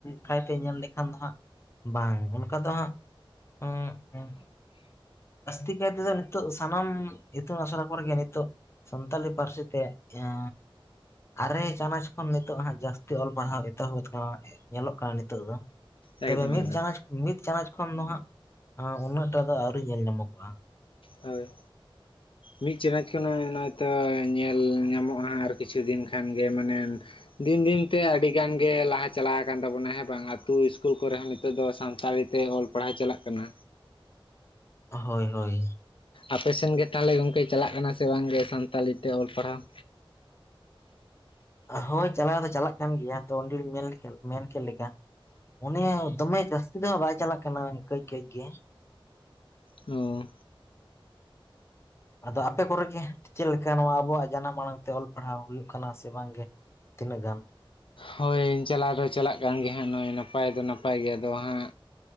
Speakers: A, on the left (about 30°); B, on the left (about 65°).
A: ᱠᱟᱭᱛᱮ ᱧᱮᱞ ᱞᱮᱠᱷᱟᱱ ᱫᱚ ᱦᱟᱸᱜ ᱵᱟᱝ ᱚᱱᱠᱟ ᱫᱚ ᱦᱟᱸᱜ ᱩᱸᱜ ᱩᱸᱜ ᱡᱟᱹᱥᱛᱤ ᱠᱟᱭᱛᱮ ᱫᱚ ᱱᱤᱛᱚ ᱥᱟᱱᱟᱢ ᱤᱛᱩᱱ ᱟᱥᱱᱟ ᱠᱚᱨᱮᱜ ᱱᱤᱛᱳᱜ ᱥᱟᱱᱛᱟᱞᱤ ᱯᱟᱹᱨᱥᱤ ᱛᱮ ᱮᱸᱭᱟ ᱟᱨᱮ ᱪᱟᱱᱟᱪ ᱠᱷᱚᱱ ᱱᱤᱛᱚᱜ ᱦᱟᱸᱜ ᱡᱟᱹᱥᱛᱤ ᱚᱞ ᱯᱟᱲᱦᱟᱣ ᱮᱛᱚᱦᱚᱵ ᱠᱟᱱᱟ ᱧᱮᱞᱚᱜ ᱠᱟᱱᱟ ᱱᱤᱛᱚᱜ ᱫᱚ᱾
B: ᱮᱠᱫᱚᱢ
A: ᱛᱚᱵᱮ ᱢᱤᱫ
B: ᱮᱠᱫᱚᱢ᱾
A: ᱪᱟᱱᱟᱪ ᱢᱤᱫ ᱪᱟᱱᱟᱪ ᱠᱷᱚᱱ ᱫᱚ ᱦᱟᱸᱜ ᱩᱱᱟᱹᱜ ᱴᱟᱜ ᱫᱚ ᱟᱹᱣᱨᱤ ᱧᱮᱞ ᱧᱟᱢᱚᱜᱚᱜᱼᱟ᱾
B: ᱦᱳᱭ
A: <unintelligible>
B: ᱢᱤᱫ ᱪᱟᱱᱟᱪ ᱠᱷᱚᱱᱟᱜ ᱦᱚᱭᱛᱚ ᱧᱮᱞ ᱧᱟᱢᱚᱜᱼᱟ ᱟᱨ ᱠᱤᱪᱷᱩ ᱫᱤᱱ ᱠᱷᱟᱱ ᱜᱮ ᱢᱟᱱᱮ ᱫᱤᱱ ᱫᱤᱱ ᱛᱮ ᱟᱹᱰᱤ ᱜᱟᱱ ᱜᱮ ᱞᱟᱦᱟ ᱪᱟᱞᱟᱣ ᱟᱠᱟᱱ ᱛᱟᱵᱚᱱᱟ ᱦᱮᱸ ᱵᱟᱝ ᱟᱛᱩ ᱤᱥᱠᱩᱞ ᱠᱚᱨᱮ ᱦᱚᱸ ᱱᱤᱛᱚᱜ ᱫᱚ ᱥᱟᱱᱛᱟᱲᱤ ᱛᱮ ᱚᱞ ᱯᱟᱲᱦᱟᱣ ᱪᱟᱞᱟᱜ ᱠᱟᱱᱟ᱾
A: ᱦᱳᱭ ᱦᱳᱭ
B: ᱟᱯᱮ ᱥᱮᱱ ᱜᱮ ᱛᱟᱦᱚᱞᱮ ᱜᱚᱝᱠᱮ ᱪᱟᱞᱟᱜ ᱠᱟᱱᱟ ᱥᱮ ᱵᱟᱝᱜᱮ ᱥᱟᱱᱛᱟᱞᱤᱛᱮ ᱚᱞ ᱯᱟᱲᱦᱟᱣ?
A: ᱦᱳᱭ ᱪᱟᱞᱟᱣ ᱫᱚ ᱪᱟᱞᱟᱜ ᱠᱟᱱ ᱜᱮᱭᱟ ᱛᱚ ᱚᱸᱰᱮᱤᱧ ᱢᱮᱱ ᱠᱮᱫ ᱞᱮᱠᱟ, ᱚᱱᱤᱦᱚ ᱫᱚᱢᱮ ᱡᱟᱹᱥᱛᱤ ᱫᱚ ᱵᱟᱭ ᱪᱟᱞᱟᱜ ᱠᱟᱱᱟ ᱠᱟᱹᱡ ᱠᱟᱹᱡ ᱜᱮ᱾
B: ᱚ
A: ᱟᱫᱚ ᱟᱯᱮ ᱠᱚᱨᱮᱜᱮ ᱪᱮᱫ ᱞᱮᱠᱟ ᱱᱚᱣᱟ ᱟᱵᱚᱣᱟᱜ ᱡᱟᱱᱟᱢ ᱟᱲᱟᱝ ᱛᱮ ᱚᱞ ᱯᱟᱲᱦᱟᱣ ᱦᱩᱭᱩᱜ ᱠᱟᱱᱟ ᱥᱮ ᱵᱟᱝᱜᱮ? ᱛᱤᱱᱟᱹᱜ ᱜᱟᱱ
B: ᱦᱳᱭ ᱪᱟᱞᱟᱣ ᱫᱚ ᱪᱟᱞᱟᱜ ᱠᱟᱱ ᱜᱮ ᱦᱟᱸᱜ ᱱᱚᱜᱼᱚᱭ ᱱᱟᱯᱟᱭ ᱫᱚ ᱱᱟᱯᱟᱭ ᱜᱮ ᱟᱫᱚ ᱦᱟᱸᱜ